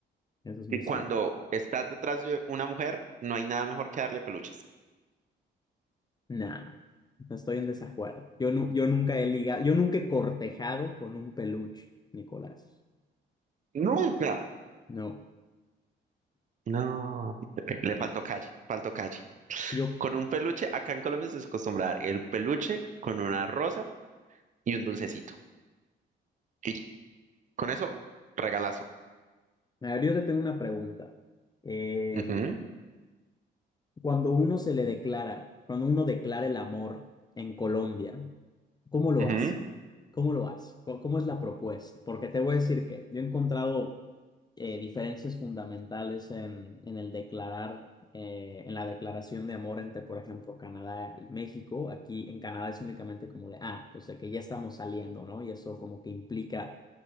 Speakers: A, on the left (about 20°); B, on the right (about 40°).
A: eso es muy
B: Y cuando
A: cierto.
B: estás detrás de una mujer, no hay nada mejor que darle peluches.
A: Nah, no estoy en desacuerdo. Yo, nu- yo nunca he ligado, yo nunca he cortejado con un peluche, Nicolás.
B: ¡Nunca!
A: No.
B: No, le faltó calle, faltó calle.
A: Yo,
B: Con un peluche, acá en Colombia se acostumbra a dar el peluche con una rosa y un dulcecito. Y con eso, regalazo.
A: a ver, yo te tengo una pregunta. Eh,
B: Ujú,
A: Cuando uno se le declara, cuando uno declara el amor en Colombia, ¿cómo lo
B: ujú.
A: hace? ¿Cómo lo hace? ¿Cómo cómo es la propuesta? Porque te voy a decir que yo he encontrado eh, diferencias fundamentales en, en el declarar, eh, en la declaración de amor entre, por ejemplo, Canadá y México. Aquí en Canadá es únicamente como de, ah, pues de que ya estamos saliendo, ¿no? Y eso como que implica